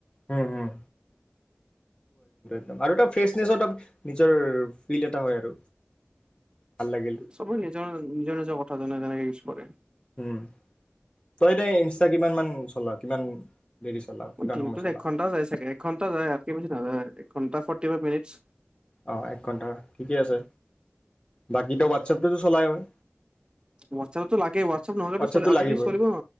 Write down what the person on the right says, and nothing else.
চবে নিজৰ নিজৰ-নিজৰ কথা জানে। যেনেকে ইউজ কৰে।
<unintelligible> দিনটোত
এক ঘণ্টা যায় চাগে একঘণ্টা যায় য়াতকে বেছি নাযায় ঘণ্টা ফৰ্টিফাইভ মিনিটছ।
হোৱাটছএপতো লাগে হোৱাটছএপ নহলেতো
চলি আজিকালি
চলিব ন